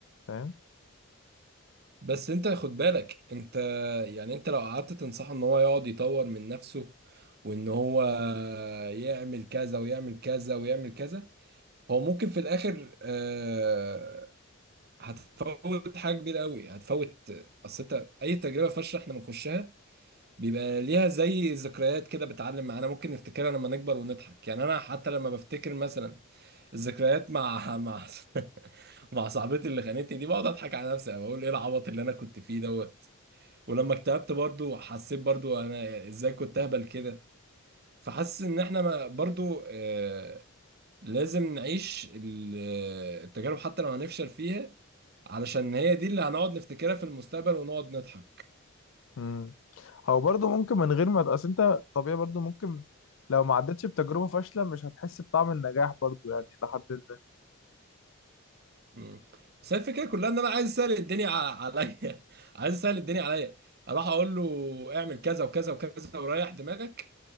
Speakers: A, on the left; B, on the right.
A: فاهم
B: بس انت خد بالك انت يعني انت لو قعدت تنصحه ان هو يقعد يطور من نفسه وان هو يعمل كذا ويعمل كذا ويعمل كذا هو ممكن في الاخر آه، هتفوت حاجه كبيره قوي هتفوت اصل انت اي تجربه فاشله احنا بنخشها بيبقى ليها زي ذكريات كده بتعلم معانا ممكن نفتكرها لما نكبر ونضحك يعني انا حتى لما بفتكر مثلا الذكريات مع مع <laughs> مع صاحبتي اللي خانتني دي بقعد اضحك على نفسي بقول ايه العبط اللي انا كنت فيه دوت ولما اكتئبت برضو حسيت برضو انا ازاي كنت اهبل كده فحاسس ان احنا ما- برضو آه، لازم نعيش ال- التجارب حتى لو هنفشل فيها علشان هي دي اللي هنقعد نفتكرها في المستقبل ونقعد نضحك
A: امم هو برضه ممكن من غير ما اصل انت طبيعي برضه ممكن لو ما عدتش بتجربه فاشله مش هتحس بطعم النجاح برضه يعني لحد ما
B: مم. بس هي الفكره كلها ان انا عايز اسهل الدنيا ع- عليا <laughs> عايز اسهل الدنيا عليا اروح اقول له اعمل كذا وكذا وكذا وريح دماغك